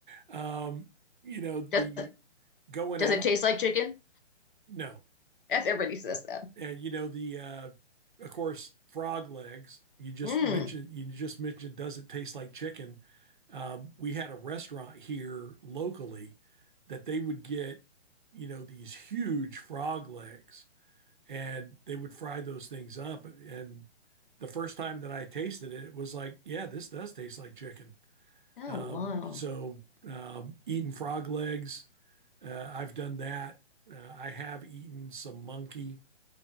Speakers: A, on the right; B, on the left.
A: Um, you know, the
B: Does,
A: going
B: does
A: out,
B: it taste like chicken? <laughs>
A: no.
B: Yes, everybody says that.
A: And you know, the uh, of course, frog legs, you just
B: Mm.
A: mentioned you just mentioned does it taste like chicken? Um, we had a restaurant here locally that they would get, you know, these huge frog legs and they would fry those things up. And the first time that I tasted it, it was like, yeah, this does taste like chicken.
B: Oh,
A: Um,
B: wow.
A: so um, eating frog legs, uh, I've done that. Uh, I have eaten some monkey,